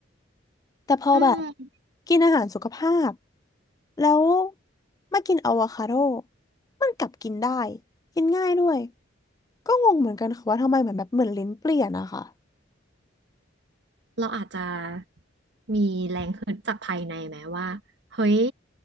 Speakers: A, on the left; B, on the right.
A: แต่พอแบบ
B: อืม
A: กินอาหารสุขภาพแล้วมากินอะโวคาโดมันกลับกินได้กินง่ายด้วยก็งงเหมือนกันค่ะว่าทำไมเหมือนแบบเหมือนลิ้นเปลี่ยนอะค่ะ
B: เราอาจจะมีแรงฮึดจากภายในไหมว่าเฮ้ย